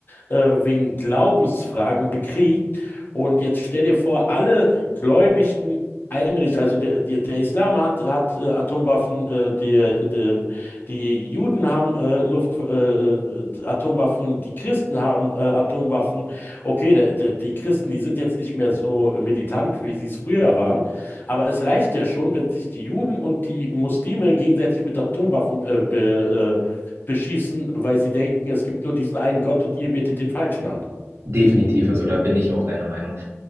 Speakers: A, on the left (about 45°); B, on the right (about 60°).
A: äh, wegen Glaubensfragen bekriegt. Und jetzt stell dir vor, alle gläubigen Einrichtungen, also der, der, der Islam hat, hat äh, Atomwaffen, äh, die, die, die Juden haben äh, Luft, äh, äh, Atomwaffen, die Christen haben äh, Atomwaffen. Okay, der, der, die Christen, die sind jetzt nicht mehr so militant, wie sie es früher waren, aber es reicht ja schon, wenn sich die Juden und die Muslime gegenseitig mit Atomwaffen äh, be, äh, beschießen, weil sie denken, es gibt nur diesen einen Gott und ihr betet den Falschen an.
B: Definitiv, also da bin ich auch deiner Meinung.